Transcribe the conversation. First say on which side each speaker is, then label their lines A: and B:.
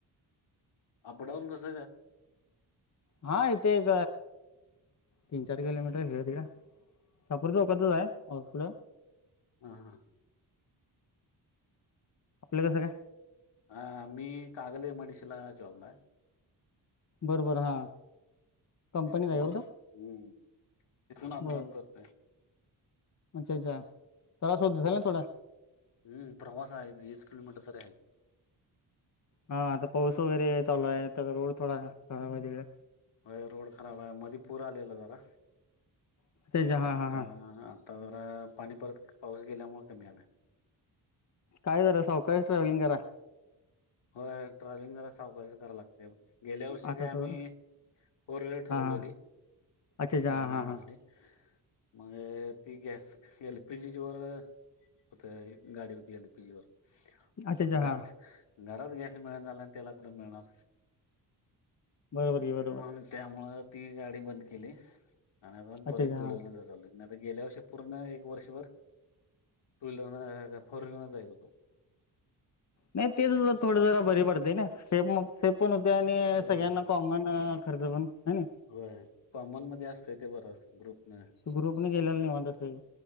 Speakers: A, on the left; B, on the left.
A: अपडाऊन कस
B: हा इथे एक तीन चार किलोमीटर इकडं तिकड चपरतोकत आहे हॉस्
A: हा हा.
B: आपलं कसं काय?
A: हा मी कागल मेडिसला जॉबला आहे
B: बर बर हा कंपनीत
A: तिथून
B: आहे एवढं
A: हम्म तिथून अपडाऊन
B: बरं
A: करतोय
B: अच्छा अच्छा प्रवास होत असेल ना थोडा
A: हम्म प्रवास आहे वीस किलोमीटर तरी आहे.
B: हा आता पाऊस वगैरे चालू आहे तर रोड थोडा खराब आहे तिकडे
A: होय रोड खराब आहे, मधी पूर आलेला जरा
B: अच्छा अच्छा
A: म
B: हा
A: आता
B: हा हा
A: आता जरा पाणी परत पाऊस गेल्यामुळे कमी आलंय
B: काय जरा सवकाश ट्रॅव्हलिंग करा.
A: होय ट्रॅव्हलिंग जरा सावकाशच कराव लागत त गेल्या वर्षी
B: आता
A: काय आम्ही
B: सो
A: फोर व्हीलर
B: हा
A: ठरवलेली
B: हा अच्छा अच्छा
A: जाण्या
B: हा
A: येण्यासाठी
B: हा
A: मग ती गॅस एल पी जी वर होत गाडी होती एल पी जी वर
B: अच्छा
A: मग
B: अच्छा
A: आता
B: हा
A: घरा घरात गॅस मिळत नाय मग तेला कुठे मिळणार
B: बरोबर की बरोबर
A: म त्यामुळे ती गाडी बंद केली आणि आता
B: अच्छा
A: परत
B: अच्छा
A: टू
B: हा
A: व्हीलर जाय चालू केली आणि आता गेल्या वर्षी पूर्ण एक वर्षभर टू व्हीलरन फोर व्हीलरन जायत होतो
B: नाय तेच थोड जरा बरी पडते ना सेफ मग सेफ पण होते आणि
A: होय
B: सगळ्यांना कॉमन खर्च पण हाय ना
A: व्हय कॉमन मध्ये असत ते बरं ग्रुप नाय
B: ग्रुप न गेलेला निवांत असते.